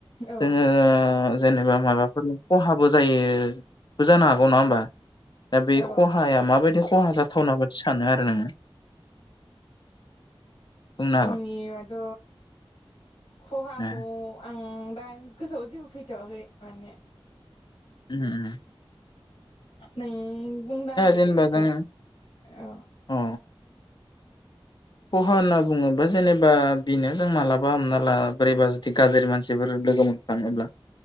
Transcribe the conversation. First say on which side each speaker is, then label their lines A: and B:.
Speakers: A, on the left; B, on the left.
A: औ
B: जोङो आं जेनेबा माबाफोर खहाबो जायोबो जानो हागौ नङा होमबा दा बे
A: औ
B: खहाया माबायदि खहा जाथावना बादि सानो आरो नोङो बुंनो हागोन
A: आंनि बाथ' खहाखौ
B: ओ
A: आं ओम दा गोसोआव जेबो फैथ'आखै माने
B: ओ ओ
A: नों बुंना होदो
B: जेनेबा
A: दे एसे
B: जों
A: औ।
B: अ खहा होनना बुङोबा जेनेबा बेनो जों मालाबा हमना ला बोरैबा जुदि गाज्रि मानसिफोर लोगो मोनफ्लाङोब्ला